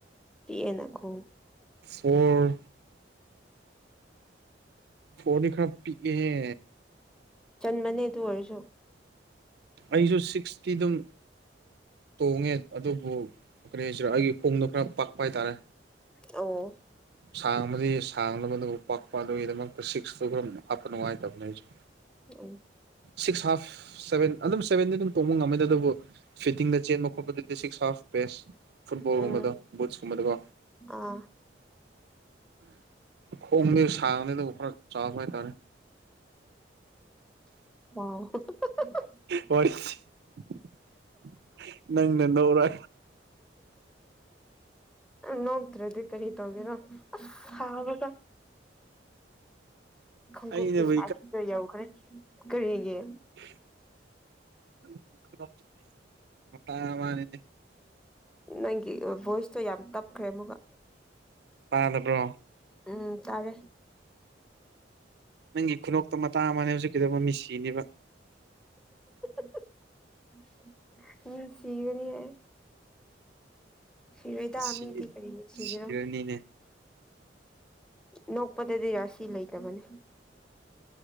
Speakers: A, in the centre; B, on the right (about 60°).
A: ꯄꯤꯛ ꯑꯦꯅꯈꯣꯡ
B: ꯑꯣꯔ ꯐꯣꯔꯗꯤ ꯈꯔꯄꯤꯛꯑꯦꯍꯦ
A: ꯆꯟꯕꯅꯦ ꯗꯨ ꯑꯣꯏꯔꯁꯨ
B: ꯑꯩꯁꯨ ꯁꯤꯛꯁꯇꯤ ꯗꯨꯝ ꯇꯣꯡꯉꯦ ꯑꯗꯨꯕꯨ ꯀꯔꯤ ꯍꯥꯏꯁꯤꯔꯥ ꯑꯩꯒꯤ ꯈꯣꯡꯗꯣ ꯈꯔ ꯄꯥꯛꯄ ꯍꯥꯏꯇꯥꯔꯦ
A: ꯑꯣ
B: ꯁꯥꯡꯕꯗꯤ ꯁꯥꯡꯗꯕ ꯑꯗꯨꯕꯨ ꯄꯥꯛꯄ ꯑꯗꯨꯒꯤꯗꯃꯛ ꯁꯤꯛꯁꯇꯣ ꯈꯔ ꯍꯥꯞꯄ ꯅꯨꯡꯉꯥꯏꯇꯕꯅꯦ ꯑꯩꯁꯨ
A: ꯎꯝ
B: ꯁꯤꯛꯁ ꯍꯥꯐ ꯁꯚꯦꯟ ꯑꯗꯨꯝ ꯁꯚꯦꯟꯗꯤ ꯑꯗꯨꯝ ꯇꯣꯡꯕ ꯉꯝꯃꯦꯗ ꯑꯗꯨꯕꯨ ꯐꯤꯠꯇꯤꯡꯗ ꯆꯦꯟꯕ ꯈꯣꯠꯄ ꯗꯤ ꯁꯤꯛꯁ ꯍꯐ ꯕꯦꯁ ꯐꯨꯠꯕꯣꯜꯒꯨꯝꯕꯗꯣ
A: ꯎꯝ
B: ꯕꯨꯠꯁꯀꯨꯝꯕꯗꯀꯣ
A: ꯑꯥ
B: ꯈꯣꯡꯗꯤ ꯁꯥꯡꯗꯦ ꯑꯗꯨꯕꯨ ꯈꯔ ꯆꯥꯎꯕ ꯍꯥꯏꯇꯥꯔꯦ
A: <unintelligible>
B: <unintelligible> ꯅꯪꯅ ꯅꯣꯛꯔ
A: ꯅꯣꯛꯇ꯭ꯔꯗꯤ ꯀꯔꯤ ꯇꯧꯒꯦꯔꯣ ꯑꯁ ꯁꯥꯕꯒ ꯈꯣꯡꯒꯨꯞꯀꯤ
B: ꯑꯩꯅꯕꯨ
A: ꯁꯥꯏꯁꯁꯨ ꯌꯧꯈ꯭ꯔꯦ ꯀꯔꯤꯒꯤ
B: <unintelligible> ꯃꯇꯥ ꯑꯃꯅꯤꯅꯦ
A: ꯅꯪꯒꯤ ꯚꯣꯏꯁꯇꯣ ꯌꯥꯝ ꯇꯞꯈ꯭ꯔꯦ ꯑꯃꯨꯛꯀ
B: ꯇꯥꯅꯕ꯭ꯔꯣ
A: ꯎꯝ ꯇꯥꯔꯦ
B: ꯅꯪꯒꯤ ꯈꯨꯅꯣꯛꯇ ꯃꯇꯥ ꯑꯃꯅꯦ ꯍꯧꯖꯤꯛꯀꯤꯗꯨꯕꯣ ꯃꯤꯁꯤꯅꯤꯕ
A: <unintelligible> ꯃꯤꯁꯤꯒꯅꯤ ꯍꯥꯏ ꯁꯤꯔꯣꯏꯗꯥ
B: ꯁꯤ
A: ꯃꯤꯗꯤ ꯀꯔꯤꯒꯤ ꯁꯤꯒꯦꯔꯣ
B: ꯁꯤꯔꯅꯤꯅꯦ
A: ꯅꯣꯛꯄꯗꯗꯤ ꯔꯥꯁꯤ ꯂꯩꯇꯕꯅꯦ